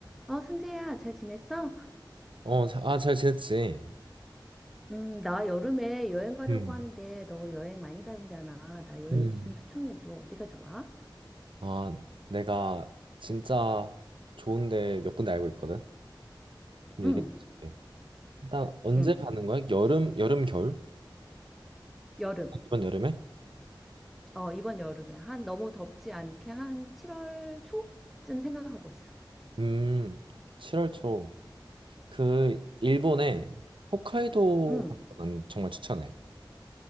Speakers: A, in the centre; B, on the right.
A: 어, 승재야, 잘 지냈어?
B: 어, 자- 아, 잘 지냈지?
A: 음, 나 여름에 여행 가려고
B: 음,
A: 하는데, 너 여행 많이 다니잖아. 나 여행지
B: 음,
A: 좀 추천해줘. 어디가 좋아?
B: 아, 내가 진짜 좋은데 몇 군데 알고 있거든. 좀
A: 응,
B: 얘기해 줄게. 일단 언제
A: 응,
B: 가는 거야? 여름, 여름, 겨울?
A: 여름.
B: 이번 여름에?
A: 어, 이번 여름에. 한, 너무 덥지 않게 한 7월 초쯤 생각하고 있어.
B: 음, 7월 초. 그 일본에 호카이도
A: 응.
B: 난 정말 추천해.